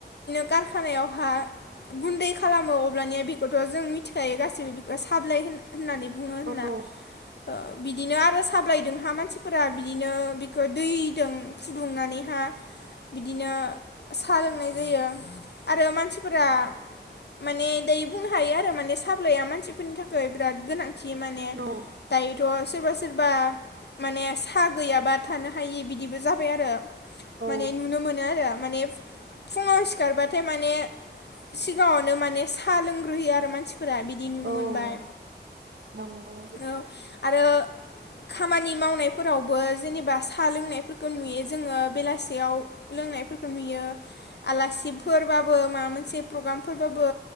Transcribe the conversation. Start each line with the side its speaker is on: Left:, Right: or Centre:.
Left: कारखानायावहा गुन्दै खालामो अब्लानिया बेखौथ जों मिथिखायो गासैबो बेखौ साबलाय होन होन्नानै बुङो होन्ना।
Right: औ
Left: ओ बिदिनो आरो साबलाय जोंहा मानसिफोरा बिदिनो बिखौ दैजों फुदुंनानानैहा बिदिनो सा सा लोंनाय जायो आरो मान सिफोरा माने दायो बुंनो हायो आरो माने साब्लाया मानसिफोरनि थाखाय बिराद गोनां थि माने
Right: औ
Left: दायोथ' सोरबा सोरबा माने सा गैयाबा थानो हायि बिदिबो जाबाय आरो।
Right: औ
Left: माने नुनो मोनो आरो। माने फु-फुङाव सि खारबाथाय माने सिगांङावनो माने सा लोंग्रोयो आरो मानसि फोरा बिदि नुनो
Right: औ
Left: मोनबाय
Right: नंगौ
Left: औ आरो खामानि मावनायफोरावबो जेनेब बा साहा लोंनायफोरखौ नुयो जोङो बेलासियाव लोंनायफोरखौ नुयो आलासिफोरबाबो मा मोनसे प्रग्रामफोरबाबो